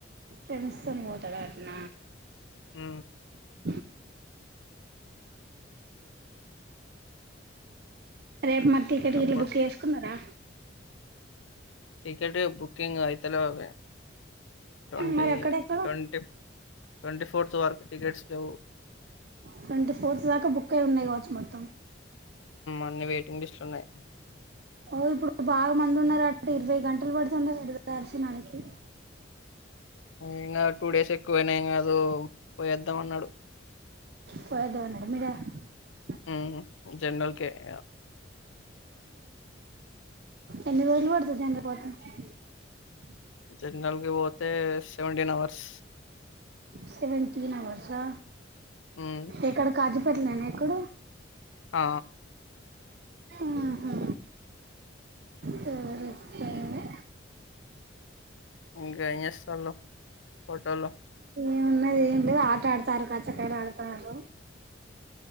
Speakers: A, on the right (about 55°); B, on the left (about 85°).
A: ఫెండ్స్ తోని పోతడట్న
B: హు
A: <unintelligible> రేపు మరి టికెట్
B: ఇంక
A: గిట్ల
B: అప్పుడు
A: బుక్ చేసుకున్నారా
B: టికెట్ బుకింగ్ అయితలేవు అవి ట్వంటీ
A: మరి ఎక్కడెక్కడ
B: ట్వంటీ ట్వంటీ ఫోర్త్ వరకు టికెట్స్ లేవ్
A: ట్వంటీ ఫోర్త్ దాక బుక్ అయి ఉన్నాయి కావచ్చు మొత్తం
B: అన్ని వెయిటింగ్ లిస్ట్లు ఉన్నాయ్
A: ఓ ఇప్పుడు బాగ మంది ఉన్నారు అంట ఇరవై గంటలు పడుతు <unintelligible> దర్శనానికి అ
B: ఇంగ టూ డేస్ ఎక్కువ అయిన ఎం కాదు పోయేద్దాం అన్నాడు
A: పోయోద్ధం అన్నడ <unintelligible>
B: హు జెనరల్ కే ఇగ
A: ఎన్ని రోజులు పడుతుది <unintelligible>
B: జనరల్ కి పోతే సెవెంటీన్ అవర్స్
A: సెవెంటీన్ అవర్సా
B: ఉమ్
A: ఎక్కడ <unintelligible>
B: ఆ
A: ఆహా టూరిస్ పైనే
B: ఇంగ ఏం జెసలు పొటోళ్ళు
A: ఏమున్నది ఏం లేద్ ఆట ఆడుతారు కచ్చకాయలు ఆడతారు